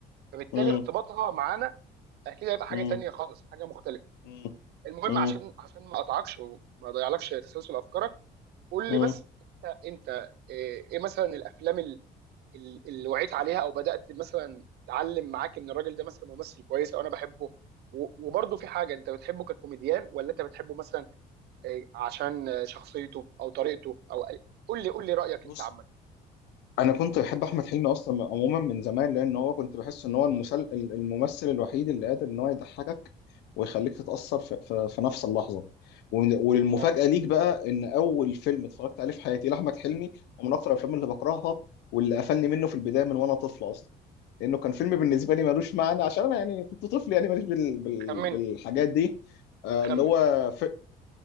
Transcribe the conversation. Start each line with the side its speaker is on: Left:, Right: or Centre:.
Right: فبالتالي
Left: مم.
Right: ارتباطها معانا اكيد هيبقى حاجه
Left: مم.
Right: تانية خالص حاجه مختلفه
Left: مم.
Right: المهم
Left: مم.
Right: عشان عشان ما اقطعكش وما اضيعلكش تسلسل افكارك قول
Left: مم.
Right: لي بس انت انت ايه إيه مثلا الافلام ال- ال- اللي وعيت عليها او بدات مثلا تعلم معاك ان الراجل ده مثلا ممثل كويس او انا بحبه و- وبرضه في حاجه انت بتحبه ككوميديان ولا انت بتحبه مثلا إيه، عشان آه، شخصيته او طريقته او أي- قول لي قول لي رايك
Left: بص
Right: انت عامه
Left: انا كنت بحب احمد حلمي اصلا عموما من زمان لان هو كنت بحس ان هو المسل... الممثل الوحيد اللي قادر ان هو يضحكك ويخليك تتاثر في, في... في نفس اللحظه ومن- والمفاجاه
Right: اه
Left: ليك بقى ان اول فيلم اتفرجت عليه في حياتي لاحمد حلمي ومن اكثر الافلام اللي بكرهها واللي قفلني منه في البدايه من وانا طفل اصلا لانه كان فيلم بالنسبه لي ملوش معنى عشان انا يعني كنت طفل يعني ماليش بال... بال...
Right: اخمن
Left: بالحاجات دي آه
Right: اخمن
Left: اللي هو ف...